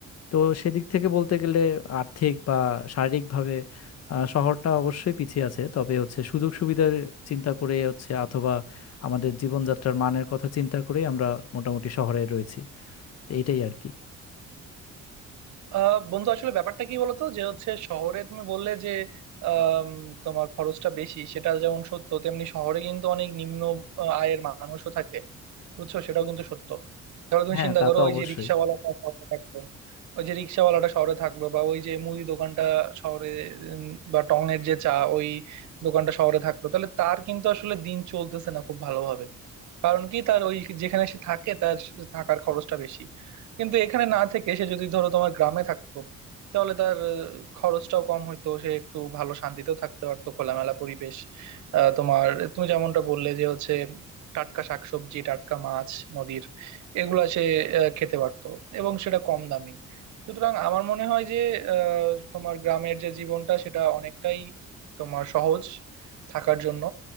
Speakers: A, on the left (about 55°); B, on the right (about 70°).
A: তো সেদিক থেকে বলতে গেলে আর্থিক বা শারীরিকভাবে আহ, শহরটা অবশ্যই পিছিয়ে আছে তবে হচ্ছে সুযোগ সুবিধার চিন্তা করে হচ্ছে অথবা আমাদের জীবনযাত্রার মানের কথা চিন্তা করে আমরা মোটামুটি শহরে রয়েছি তো এইটাই আর কি
B: আহ বন্ধু আসলে ব্যাপারটা কি বলতো যে হচ্ছে শহরে তুমি বললে যে আম, তোমার খরচটা বেশি সেটা যেমন সত্য তেমনি শহরে কিন্তু অনেক নিম্ন আহ, আয়ের মানুষও থাকে বুঝছো সেটাও কিন্তু সত্য তাহলে তুমি
A: হ্যাঁ
B: চিন্তা
A: তা
B: করো
A: তো
B: ওই
A: অবশ্যই
B: যে রিক্সাওয়ালাটা শহরে থাকলো ওই যে রিক্সাওয়ালাটা শহরে থাকলো বা ওই যে মুদি দোকানটা শহরে উম, বা টং এর যে চা ওই দোকানটা শহরে থাকলো তাহলে তার কিন্তু আসলে দিন চলতেছে না খুব ভালোভাবে কারণ কি তার ওই যেখানে সে থাকে তার থাকার খরচটা বেশি কিন্তু এখানে না থেকে সে যদি ধরো তোমার গ্রামে থাকতো তাহলে তার আহ, খরচটাও কম হইতো সে একটু ভালো শান্তিতেও থাকতে পারতো খোলামেলা পরিবেশ আহ, তোমার তুমি যেমনটা বললে যে হচ্ছে টাটকা শাকসবজি টাটকা মাছ নদীর এগুলা সে আহ, খেতে পারতো এবং সেটা কম দামি সুতরাং আমার মনে হয় যে আহ, তোমার গ্রামের যে জীবনটা সেটা অনেকটাই তোমার সহজ থাকার জন্য